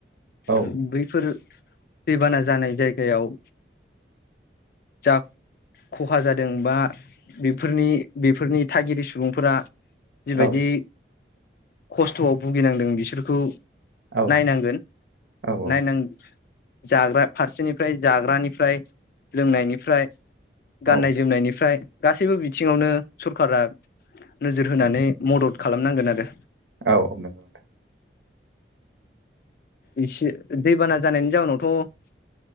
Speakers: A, on the right (about 90°); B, on the left (about 55°).
A: औ
B: बैफोर दैबाना जानाय जायगायाव जा खहा जादों बा बेफोरनि बेफोरनि थागिरिबि सुबुंफोरा जिबायदि
A: औ
B: खस्थ'आव भुगिनांदों बिसोर खौ
A: औ
B: नायनांगोन
A: औ
B: नायनां जाग्रा फारसेनिफ्राय जाग्रानिफ्राय लोंनायनिफ्राय गाननाय
A: औ
B: जोमनायनिफ्राय गासैबो बिथिङावनो सरखारा नोजोर होनानै मदद खालामनांगोन आरो
A: औ नंगौ नोंथां
B: इसे दैबाना जानायनि जाउनावथ'